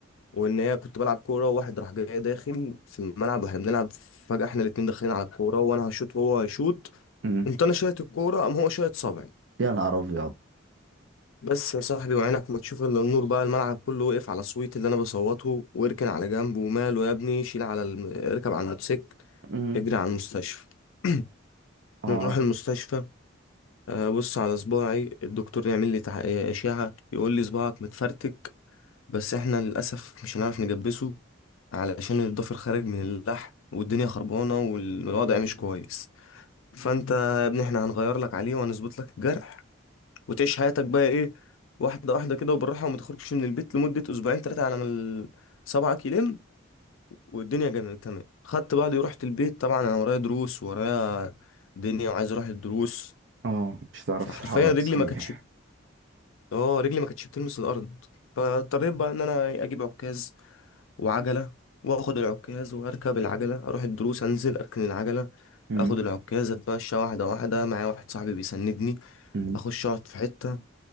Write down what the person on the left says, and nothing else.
وإن هي كنت بلعب كورة وواحد راح جاي داخل في الملعب واحنا بنلعب فجأة احنا الاتنين داخلين على الكورة وأنا هشوط وهو هيشوط
قمت أنا شايط الكورة قام هو شايط صابعي
بس يا صاحبي وعينك ما تشوف الا النور بقى الملعب كله وقف على صويت اللي انا بصوته واركن على جنب وماله يا ابني شيل على الم... اركب على الموتوسيكل
اجري على المستشفى <clears throat>
نروح المستشفى آه، بص على صباعي الدكتور يعمل لي تح... اشعه يقول لي صباعك متفرتك بس احنا للاسف مش هنعرف نجبسه علشان الضفر خارج من اللحم والدنيا خربانه والوضع مش كويس فانت يا ابني احنا هنغير لك عليه وهنظبط لك الجرح وتعيش حياتك بقى ايه واحدة واحدة كده وبالراحة وما تخرجش من البيت لمدة أسبوعين تلاتة على ما ال- صبعك يلم والدنيا جميلة تمام خدت بعضي ورحت البيت طبعا أنا ورايا دروس ورايا دنيا وعايز أروح الدروس
فحرفيا
رجلي
ما كانتش اه رجلي ما كانتش بتلمس الأرض فاضطريت بقى إن أنا إيه، أجيب عكاز وعجلة وآخد العكاز وأركب العجلة أروح الدروس أنزل أركن العجلة
اخد العكاز اتمشى واحده واحده معايا واحد صاحبي بيسندني
اخش اقعد في حته